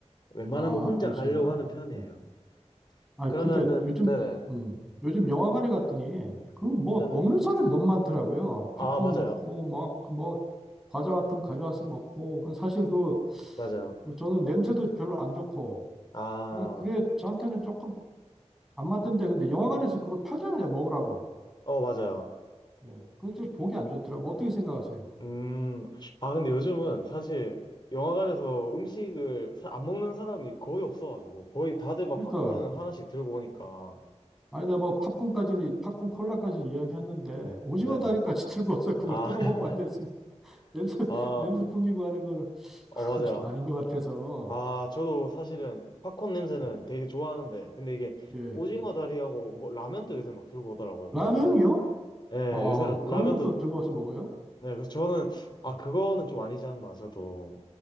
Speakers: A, on the left; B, in the centre.
A: 웬만하면
B: 아,
A: 혼자
B: 그러시구나.
A: 가려고 하는 편이에요.
B: 예. 아,
A: 그러면은,
B: 근데 요즘
A: 네네,
B: 음, 요즘 영화관에 갔더니 그 뭐
A: 네네.
B: 먹는 사람이 너무 많더라고요.
A: 아,
B: 팝콘
A: 맞아요.
B: 먹고 막 뭐 과자 같은 거 가져와서 먹고 그 사실 그
A: 맞아요.
B: 그리고 저는 냄새도 별로 안 좋고
A: 아,
B: 게 그게 저한테는 조금 안 맞던데 근데 영화관에서 그걸 팔잖아요 먹으라고
A: 어, 맞아요.
B: 예그게좀 보기 안 좋더라고 어떻게 생각하세요?
A: 음, 아, 근데 요즘은 사실 영화관에서 음식을 사- 안 먹는 사람이 거의 없어가지고, 거의 다들 막
B: 그러니까
A: 팝콘은 하나씩 들고 오니까.
B: 아니 내가 뭐 팝콘까지는 팝콘 콜라까지는 이야기했는데 오징어
A: 네네.
B: 다리까지 <laughs> 들고 와서 그걸
A: 아,
B: 뜯어먹고
A: <laughs>
B: 앉아있으니 <laughs> 냄새
A: 아,
B: 냄새 풍기고 하는 거는
A: 어,
B: 그건
A: 맞아요.
B: 좀 아닌 것 같아서
A: 아, 저도 사실은 팝콘 냄새는
B: 예
A: 되게 좋아하는데, 근데 이게
B: 예.
A: 오징어 다리하고 뭐 라면도 요새 막 들고 오더라고요,
B: 라면이요?
A: 보니까. 예,
B: 아
A: 요새 라면도
B: 그런 것도 들고 와서 먹어요?
A: 네, 그래서 저는, 아,
B: 예
A: 그거는 좀 아니지 않나, 저도.